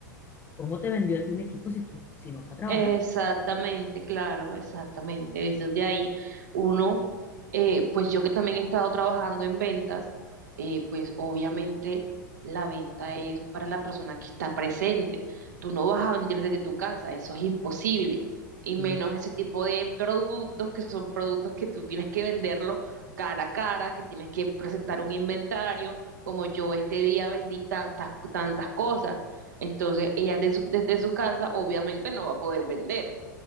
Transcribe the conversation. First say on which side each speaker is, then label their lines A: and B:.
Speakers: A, on the left (about 20°); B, on the right (about 60°).
A: ¿Cómo te vendió a ti un equipo si tú, si no fue a trabajar?
B: Exactamente, claro, exactamente. Desde ahí uno, eh, pues yo que también he estado trabajando en ventas, eh, pues obviamente la venta es para la persona que está presente. Tú no vas a vender desde tu casa, eso es imposible. Y
A: Y
B: menos ese tipo de productos que son productos que tú tienes que venderlo cara a cara, que tienes que presentar un inventario, como yo este día vendí tantas, tantas cosas. Entonces, ella de su- desde su casa obviamente no va a poder vender.